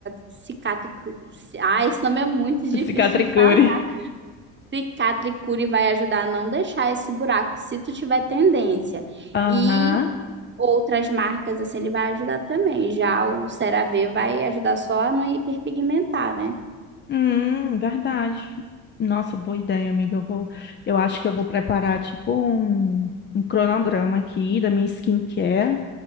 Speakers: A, on the right; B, on the left.
A: cicatricure... Ah, esse nome é muito difícil
B: <laughs> Cicatricure.
A: de falar. Cicatricure vai ajudar a não deixar esse buraco, se tu tiver tendência.
B: Aham.
A: E outras marcas, assim, ele vai ajudar também. Já o CeraVe vai ajudar só a não hiperpigmentar, né?
B: Hum, verdade. Nossa, boa ideia, amiga. Eu vou, eu acho que eu vou preparar tipo um, um cronograma aqui da minha skincare